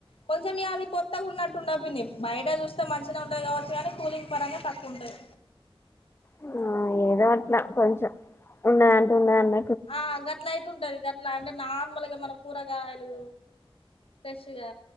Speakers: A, on the left; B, on the left.
A: కొంచెం ఇ అవి కొత్తగా ఉన్నట్టుండిన్ని బయట చూస్తే మంచిగా ఉంటది కావచ్చు కానీ కూలింగ్ పరంగా తక్కువ ఉంటది
B: ఆ ఏదో అట్లా కొంచెం ఉండదంటూ ఉండదంటే
A: ఆ గట్ల అయితు ఉంటది గట్ ఇట్లా అంటే నార్మల్ గా మన కూరగాయలు ఫ్రెష్ గా